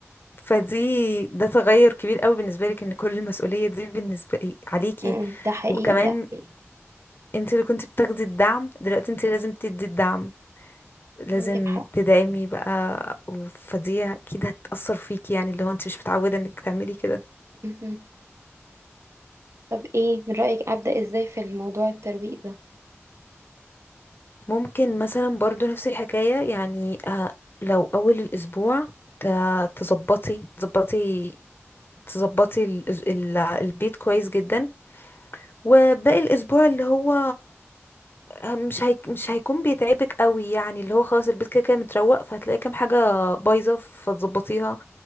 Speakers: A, on the left; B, on the right.
A: فدي ده تغير كبير قوي بالنسبة لك ان كل المسؤولية دي بالنسبة إيه، عليكي
B: م- م، ده حقيقي
A: وكمان
B: ده حقيقي
A: انت اللي كنت بتاخدي الدعم دلوقتي انت لازم تدي الدعم لازم
B: عندك حق
A: تدعمي بقى و- فدي اكيد هتأثر فيكي يعني اللي هو انت مش متعودة انك تعملي كده
B: مهم. طب ايه من رأيك أبدأ ازاي في الموضوع الترويق ده
A: ممكن مثلا برضو نفس الحكاية يعني آه، لو اول الاسبوع ت- تظبطي تظبطي تظبطي الأس- ال- البيت كويس جدا وباقي الاسبوع اللي هو آه، مش هيك مش هيكون بيتعبك قوي يعني اللي هو خلاص البيت كده كده متروق فهتلاقي كام حاجه بايظه فتظبطيها